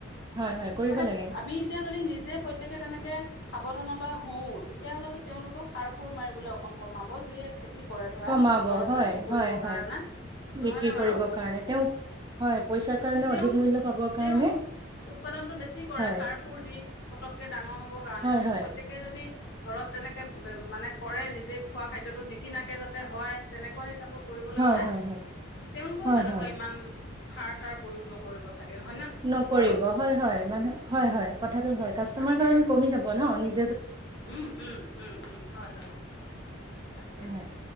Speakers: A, on the right; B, on the left.
A: হয় হয় কৰিব
B: তাকে
A: লাগে
B: আমি এতিয়া যদি নিজে প্ৰত্যেকে তেনেকে সাৱধানতা হওঁও তেতিয়াহ'লেতো তেওঁলোকেও সাৰ সুৰ মাৰিবলৈ অকন কমাব। যিয়ে, কৰে ধৰা
A: কমাব
B: বজাৰত
A: হয়
B: বিক্ৰী কৰিব
A: হয় হয়
B: কাৰণে নহয়নে
A: বিক্ৰী কৰিবৰ
B: বাৰু-
A: কাৰণে তেওঁ হয় পইচাৰ কাৰণে
B: তেওঁ
A: অধিক মূল্য পাবৰ
B: তেওঁ
A: কাৰণে
B: উৎপাদনটো বেছি কৰে
A: হয়
B: সাৰ সুৰ দি পটককে ডাঙৰ হবৰ কাৰণে
A: হয়
B: কিন্তু
A: হয়
B: প্ৰত্যয়েকেই যদি ঘৰত তেনেকে মানে কৰে নিজে খোৱা খাদ্যয়তো নিকিনাকে যাতে হয় তেনেকুৱা হিচাপত কৰিবলৈ
A: হয়
B: গলে
A: হয় হয়
B: তেওঁলোকেও
A: হয়
B: তেনেকুৱা
A: হয়
B: ইমান সাৰ চাৰ প্ৰয়োগ নকৰিব চাগে নহয় নে
A: নকৰিব
B: বাৰু?
A: হয় হয়
B: উম
A: মানুহ হয় হয় কথাটো হয় কাষ্টমাৰ
B: তাকে
A: কাৰণ কমি যাব ন নি
B: উম উম উম উম হয় হয় তাকে
A: হয়